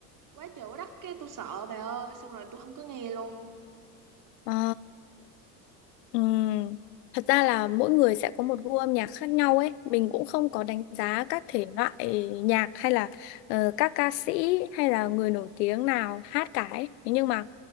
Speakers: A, on the right; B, on the left.
A: quá trời quá đất cái tôi sợ bà ơi xong rồi tôi không có nghe luôn
B: Ờ Ừm, Thật ra là mỗi người sẽ có một gu âm nhạc khác nhau ấy. Mình cũng không có đánh giá các thể loại nhạc hay là ờ, các ca sĩ hay là người nổi tiếng nào hát cả ấy. Thế Nhưng mà